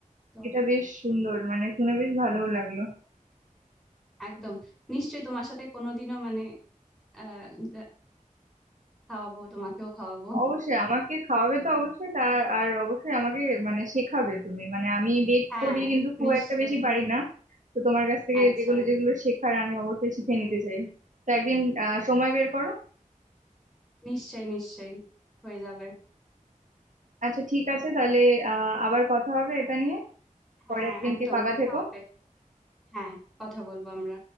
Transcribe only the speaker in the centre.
তো
একদম নিশ্চয়ই তোমার সাথে কোনোদিনও মানে আহ, দে- খাওয়াবো তোমাকেও খাওয়াবো
হ্যাঁ
নিশ্চয়ই
আচ্ছা
নিশ্চয়ই নিশ্চয়ই হয়ে যাবে
হ্যাঁ
একদম
কথা
হবে হ্যাঁ কথা বলবো আমরা